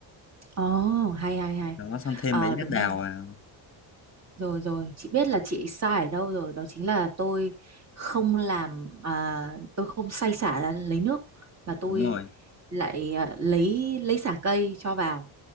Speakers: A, on the right (about 35°); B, on the left (about 25°).
A: ồ hay hay hay
B: đó xong thêm
A: ờ
B: mấy
A: đúng
B: lát đào
A: rồi
B: vào
A: Rồi rồi, chị biết là chị sai ở đâu rồi, đó chính là tôi không làm à, tôi không xay xả ra lấy nước mà tôi
B: đúng rồi
A: lại à, lấy lấy xả cây cho vào.